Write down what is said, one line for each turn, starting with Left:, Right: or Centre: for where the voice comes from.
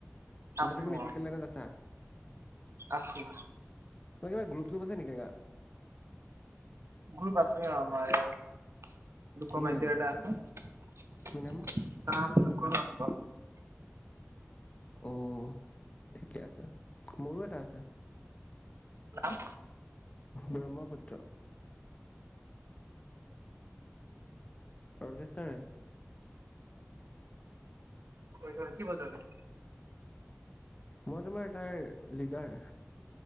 Left: মানে
Right: আচ
Left: তুমি
Right: অ
Left: মেডিকেল লাইনত আছা?
Right: আছে
Left: অ' কিবা গ্ৰুপ চোপ আছে নেকি তেনেকা?
Right: গ্ৰুপ আছে অ', আমাৰ ইয়াৰে। লোকবাদ্য
Left: কি নাম
Right: এটা আছে,
Left: কি নাম
Right: নাম লোক <unintelligible>
Left: অ', ঠিকে আছে, মোৰো এটা আছে।
Right: নাম?
Left: ব্ৰহ্মপুত্ৰ। অৰ্কেষ্ট্ৰাৰে।
Right: <unintelligible> কি বজোৱা তুমি?
Left: মই তোমাৰ তাৰ লিডাৰ।